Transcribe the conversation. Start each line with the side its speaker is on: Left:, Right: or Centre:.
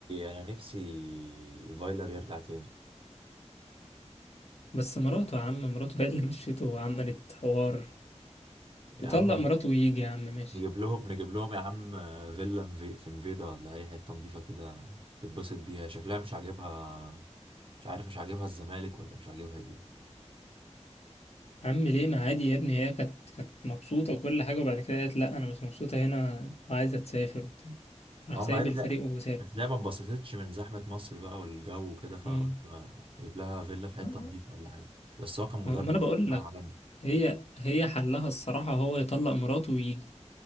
Right: انا نفسي فايلر يرجع تاني
Left: بس مراته يا عم مراته هي اللي مشيته وعملت حوار يطلق
Right: يا عم
Left: مراته ويجي يا عم ماشي
Right: نجيب لهم نجيب لهم يا عم فيلا في في مفيدا ولا اي حته نضيفه كده تتبسط بيها شكلها مش عاجبها مش عارف مش عاجبها الزمالك ولا مش عاجبها ايه
Left: يا عم ليه ما عادي يا ابني هي كانت كانت مبسوطة وكل حاجة وبعد كده قالت لا أنا مش مبسوطة هنا وعايزة تسافر وبتاع راح
Right: اه
Left: سايب
Right: ما هتلاقي
Left: الفريق وساب
Right: هتلاقي ما اتبسطتش من زحمه مصر بقى والجو وكده فقلت
Left: امم
Right: ما اجيب لها فيلا في حته
Left: ما
Right: نضيفه ولا حاجه بس هو كان مدرب
Left: ما- ما أنا
Right: بصراحة
Left: بقول لك
Right: عالمي
Left: هي هي حلها الصراحة هو يطلق مراته ويجي